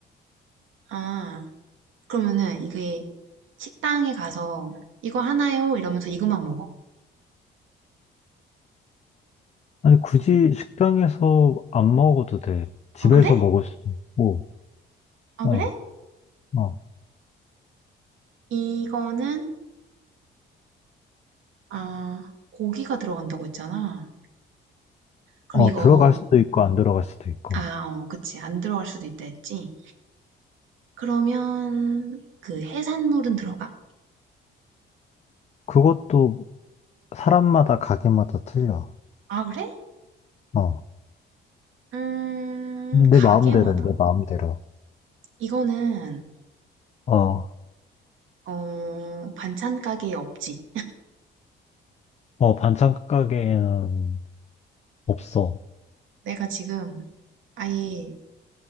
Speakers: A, on the right; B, on the left.
A: 아, 그러면은, 이게, 식당에 가서, 이거 하나요? 이러면서 이것만 먹어.
B: 아니 굳이 식당에서 안 먹어도 돼. 집에서
A: 아, 그래?
B: 먹을 수도 있고.
A: 아,
B: 어,
A: 그래?
B: 어.
A: 이거는, 아, 고기가 들어간다고 했잖아. 그럼
B: 어,
A: 이거,
B: 들어갈 수도 있고, 안 들어갈 수도 있고.
A: 아, 어, 그치. 안 들어갈 수도 있다 했지. 그러면, 그 해산물은 들어가?
B: 그것도 사람마다 가게마다 틀려.
A: 아, 그래?
B: 어.
A: 음,
B: 근데
A: 가게마다?
B: 내 마음대로야, 내 마음대로.
A: 이거는,
B: 어,
A: 어, 반찬 가게에 없지.
B: 어, 반찬 가게에는 없어.
A: 내가 지금 아예